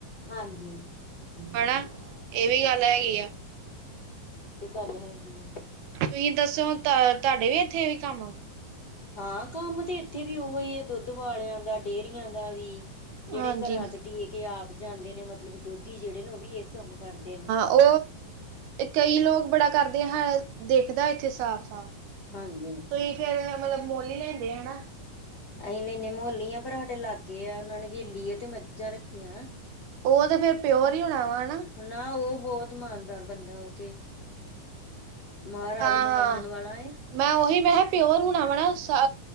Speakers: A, on the left (about 40°); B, on the right (about 90°).
A: ਹਾਂਜੀ।
B: ਹਣਾ, ਏ ਹੀ ਗਾੱਲ ਹੈਗੀ ਆ।
A: ਤੇ ਗਾੱਲ ਹੈਗੀ ਆ।
B: ਤੁਹੀ ਦੱਸੋ ਤਾ ਤੁਹਾਡੇ ਵੀ ਐਥੇ ਏਹੀ ਕਾੰਮ ਆ?
A: ਹਾਂ, ਕੰਮ ਤੇ ਏਥੇ ਵੀ ਓ ਈ ਏ ਦੁੱਧ ਵਾਲੇ਼ਆਂ ਦਾ ਡੇਰੀਆਂ ਦਾ ਵੀ। ਜੇੜੇ
B: ਹਾਂਜੀ
A: ਘਰਾਂ ਚ ਦੇ ਕੇ ਆਪ ਜਾਂਦੇ ਨੇ ਮਤਲਬ ਦੁੱਦੀ ਜੇੜੇ ਨੇ ਓ ਵੀ ਏ ਕੰਮ ਕਾਰਦੇ ਨੇ।
B: ਓ, ਕਈ ਲੋਕ ਬੜਾ ਕਾਰਦੇ ਆ ਹੈ ਦੇਖਦਾ ਏਥੇ ਸਾਫ਼-ਸਾਫ਼।
A: ਹਾਂਜੀ।
B: ਕਈ ਫੇਰ ਮਲਬ ਮੋੱਲ ਈ ਲੈਂਦੇ ਹਣਾ
A: ਅਹੀਂ ਲੈਂਨੇ ਮੋੱਲ ਈ ਆ ਪਰ ਹਾਡੇ ਲਾਗੇ ਆ, ਓਨਾਂ ਨੇ ਹਵੇਲੀ ਏ ਤੇ ਮੱਝਾਂ ਰੱਖੀਆਂ।
B: ਓ ਤੇ ਫੇਰ ਪੇਓਰ ਈ ਹੋਣਾ ਵਾ ਹਣਾ?
A: ਨਾ ਓ ਬੋਤ ਮਾਨਦਾ ਦਾਰ ਬੰਦਾ ਓ ਤੇ ਮਾਹਰਾਜ
B: ਹਾਂ
A: ਨੂੰ
B: ਹਾਂ
A: ਮੰਨਣ ਵਾਲਾ ਏ
B: ਮੈਂ ਓਹੀ ਮੈਂ ਖੇਆ ਪੇਓਰ ਹੋਣਾ ਵਾ ਨਾ ਸਾ